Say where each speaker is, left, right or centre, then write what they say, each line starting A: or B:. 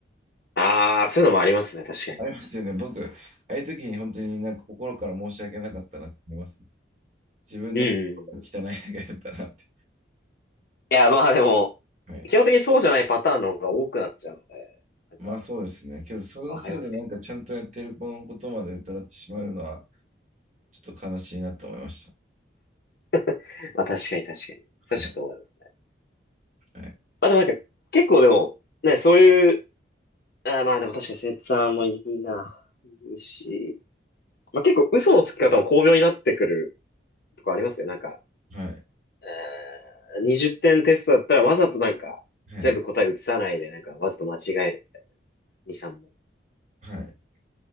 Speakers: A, on the left; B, on the right.
A: ああ、そういうのもありますね、確かに。
B: ありますよね。僕、ああいう時に本当になんか心から申し訳なかったなって思いますね。自分の心が汚いだけだったなって。
A: うんうんうん。いや、まあでも、
B: はい。
A: 基本的にそうじゃないパターンの方が多くなっちゃうので、なんか、
B: まあそうですね。けど、そのせいでなんかちゃんとやってる子のことまで疑ってしまうのは、
A: わかりますけど。
B: ちょっと悲しいなと思いました。
A: <laughs> まあ確かに確かに。そうちょっと思いますね。
B: はい。はい。
A: まあでもなんか、結構でも、ね、そういう、あーまあでも確かに生徒さんもいるな。いるし、まあ、結構嘘のつき方も巧妙になってくるとこありますよ。なんか、
B: はい。
A: えー20点テストだったらわざとなんか、
B: はい。
A: 全部答え移さないで、なんかわざと間違える。2、3問
B: はい